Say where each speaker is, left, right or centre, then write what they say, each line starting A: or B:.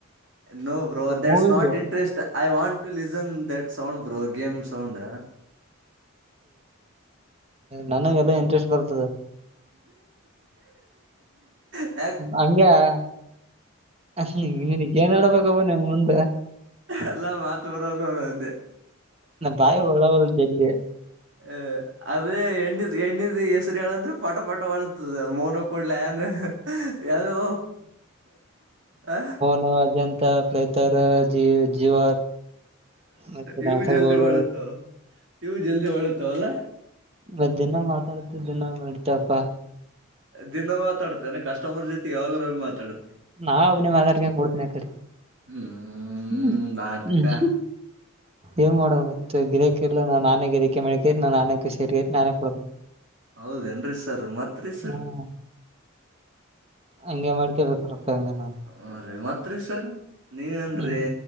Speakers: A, on the right (about 55°); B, on the right (about 30°).
A: no bro that's
B: moving
A: not interest I want to listen that sound bro game sound
B: ನನಗೆ ಎಲ್ಲ interest ಬರ್ತದೆ
A: ಹ <inaudible>
B: ಹಂಗಿನಗ್ ಏನ್ ಹೇಳ್ಬೇಕಪ್ಪ ನಿಮ್ ಮುಂದೆ
A: ಎಲ್ಲ ಮಾತು ಬರಲ್ವನು ಅಂದೆ
B: ಭಾಯ ವಳಾವಲು ಜದೆ
A: ಅ ಅದೇ ಎಣ್ಣ ಎಣ್ಣಿದ ಹೆಸರುಂದ್ರರು ಪಟ ಪಟ ಅಳತದ ಮೋನ ಕೊಡ್ಲ ನ್ ಯಾವ್ದೋ ಆ
B: ನಜಂತ ಪಲೈತರ ಜ ಜೀವ ಮತ್ತ್ತೆ ಬಾನ್ಸ
A: ಇವು ಜಲ್ದಿ
B: ರ್ಬೋಳ
A: ಹೊಳತಾವ ಇವು ಜಲ್ದಿ ಹೊಳತಾವಲ್ಲ
B: ಮ ದಿನ ಮಾತಾಡ್ತ ದಿನ ಮಾಡ್ತಪ್ಪಾ
A: ದಿನ ಮಾತಾಡುತ್ತೆ ಅಂದ ಕಸ್ಟಮರ್ ಜೊತೆ ಯಾವಾಗರೂ ಮಾತಾಡುತ್ತೆ
B: ನಾವ ಒಬ್ಬನೇ ಮಾತಾಡ್ತಾ ಅಂತ ಕೊಡ್ತನ ಕಡೆ
A: ಹ್ಮ್
B: ಹ್ಮ
A: ನಾಟಕ
B: ಹ ಏ್ ಮಾಡೋ್ ಮತ್ತ ಗಿರಿಕಿರ್ಲ್ಲ ನಾನ್ ನಾನೇ ಗಿರಿಕೆ ಮಿಕೈ ನನ್ ನಾನಕ ಸೇಕರಿ ನಾನೇ ಕೊಡ
A: ಹೌದೇಏನ್ರೀ ಸರ್ ಮತ್ರಿ ಸರ್
B: ಹ್ಮ್ ಹಂಗೆ ಮಾಡ್ಕೇಬೇಕ್ರಪ್ಪ ಹೆಂಗ ನ
A: ಹ ರೀ ಮತ್ ಸರ್ ನೀವೇನ್ರೀ
B: ಹ್ಮ್